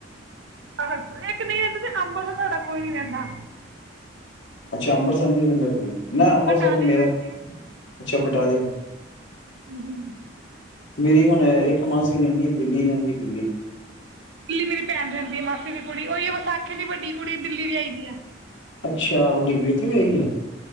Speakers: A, on the right; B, on the left.
A: ਆਹ ਤੇ ਨਹੀਂ ਰਹਿੰਦਾ ਤੇ ਅੰਬਰਸਰ ਸਾਡਾ ਕੋਈ ਨੀ ਰਹਿੰਦਾ।
B: ਅੱਛਾ, ਅੰਬਰਸਰ ਨੀ ਰਹਿੰਦਾ ਕੋਈ। ਨਾ ਅੰਬਰਸਰ
A: ਬਟਾਲੇ
B: ਤੇ ਮੇਰਾ
A: ਰਹਿੰਦੇ ਆ
B: ਅੱਛਾ ਬਟਾਲੇ
A: ਹੂੰ, ਹੂੰ।
B: ਮੇਰੀ ਹੁਣ ਇੱਕ ਮਾਸੀ ਰਹਿੰਦੀ ਐ, ਦਿੱਲੀ ਰਹਿੰਦੀ, ਦਿੱਲੀ
A: ਦਿੱਲੀ ਮੇਰੀ ਭੈਣ ਰਹਿੰਦੀ ਐ ਮਾਸੀ ਦੀ ਕੁੜੀ, ਉਹੀ ਹੈ ਵਿਸਾਖੀ ਦੀ ਵੱਡੀ ਕੁੜੀ ਦਿੱਲੀ ਵਿਹਾਈ ਦੀ ਐ।
B: ਅੱਛਾ, ਵੱਡੀ ਕੁੜੀ ਉੱਥੇ ਵਿਹਾਈ ਐ।